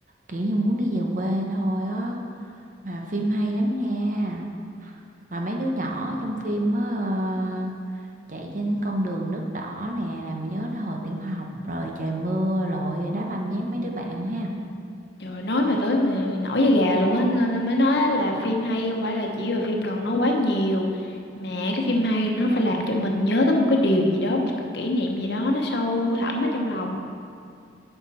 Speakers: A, on the right; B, on the left.
A: kiểu như muốn đi về quê thôi á mà phim hay lắm nha mà mấy đứa nhỏ trong phim á ờ, chạy trên con đường nước đỏ nè làm nhớ tới hồi tiểu học rồi trời mưa lội đá banh với mấy đứa bạn ha
B: Rồi nói mà tới mà nổi da gà luôn á nên nên mới nói là phim hay không phải là chỉ là phim cần nó quá nhiều mà cái phim hay nó phải làm cho mình nhớ tới một cái điều gì đó một cái kỷ niệm gì đó nó sâu thẳm ở trong lòng